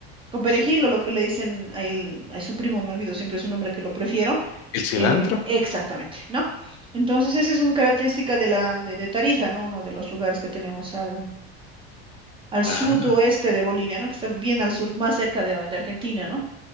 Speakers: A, on the right; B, on the left.
A: Con perejil
B: sí.
A: o lo que le dicen a, él- a su primo, me olvido, siempre es un nombre que lo prefiero.
B: ¿El cilantro?
A: eh, exactamente, ¿no? Entonces, esa es una característica de la de, de Tarija, ¿no? Uno de los lugares que tenemos al, al sudoeste
B: Ah,
A: de Bolivia, ¿no? Que está bien al sur, más cerca de, de Argentina, ¿no?